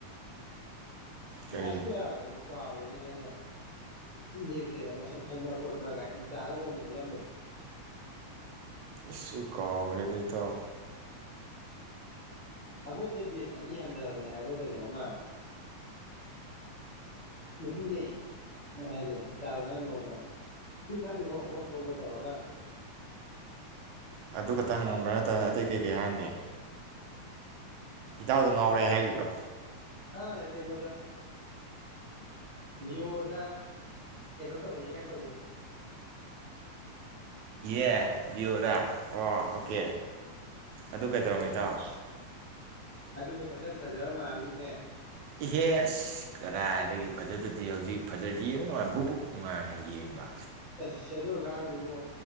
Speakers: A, on the left; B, on the right.
A: ꯀꯂꯥꯁ
B: ꯀꯔꯤ
A: ꯀꯥꯌꯗꯅꫭ ꯀꯥꯎꯔꯤꯅꯤ ꯅꯪꯅ ꯆꯤꯟꯁꯦ ꯀꯩꯅꯣ ꯃꯁꯛ ꯈꯪꯕ꯭ꯔꯥ ꯈꯣꯠꯄ꯭ꯔꯥ ꯀꯥꯏ ꯏꯇꯥꯗ ꯅꯣꯡꯃ ꯎꯠꯂꯝꯕꯗꯣ
B: ꯏꯁ ꯑꯩꯀꯥꯎꯔꯦꯗꯤ ꯏꯇꯥꯑꯣ
A: ꯑꯩꯈꯣꯏꯗꯩ ꯕꯦꯁ ꯑꯅꯤ ꯍꯟꯊꯕꯅꯦ ꯍꯥꯏꯕ ꯀꯩꯅꯣꯝꯃ ꯅꯨꯄꯤꯅꯦ ꯍꯥꯏꯁꯦ ꯏꯁꯟꯇꯥꯗꯅ ꯅꯣꯡꯃ ꯁꯤ ꯈꯪꯗ ꯈꯣꯠꯇꯣꯛꯑꯒ ꯇꯧꯔꯒ
B: ꯑꯗꯨ ꯈꯛꯇ ꯍꯪꯉꯝꯕ꯭ꯔꯥ ꯅꯠꯇꯅ ꯑꯇꯩ ꯀꯩꯀꯩ ꯍꯥꯡꯒꯦ ꯏꯇꯥꯎꯗ ꯉꯥꯎꯔꯦ ꯍꯥꯏꯈꯤꯕ꯭ꯔꯥ
A: ꯑꯥ ꯀꯩꯅꫭꯗ ꯌꯣꯗ ꯀꯩꯅꯣ ꯇꯧꯔꯛꯏꯦ ꯀꯥꯏꯅ ꯇꯧꯕꯗꯣ
B: ꯑꯦ ꯂꯤꯑꫭꯗ ꯑꯣꯀꯦ ꯑꯗꯨ ꯀꯩꯗꯧꯔꯕ ꯏꯇꯥꯎ
A: ꯑꯗꯨꯗꯣ ꯃꯁꯛ ꯐꯖꯔꯕ ꯃꯥꯜꯂꯤꯅꯍꯦ
B: ꯏꯍꯦꯁ ꯀꯗꯥꯥꯏꯗꯒꯤ ꯐꯖꯗꯗꯤ ꯍꯧꯖꯤꯛ ꯐꯖ ꯌꯦꯡꯕ ꯅꯨꯡꯉꯥꯏ ꯕꯨꯛ ꯕꯨꯛ ꯅꯨꯡꯉꯥꯟꯅ ꯌꯦꯡꯕ
A: ꯑꯁ ꯑꯗꯨ ꯑꯉꯥꯡꯗꯨꯕꯨ